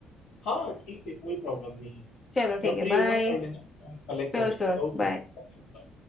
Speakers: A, on the left; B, on the left.
A: हाँ ठीक है कोई प्रॉब्लम नहीं है
B: चलो ठीक
A: जब
B: है
A: फ्री
B: बाय
A: हो ना कर लेना कलेक्ट
B: Sure
A: कर लेंगे
B: sure
A: Okay
B: bye
A: okay